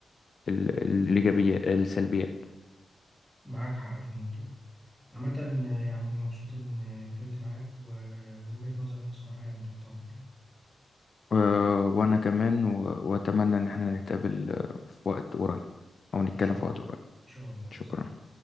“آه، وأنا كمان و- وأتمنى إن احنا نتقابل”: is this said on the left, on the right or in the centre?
Left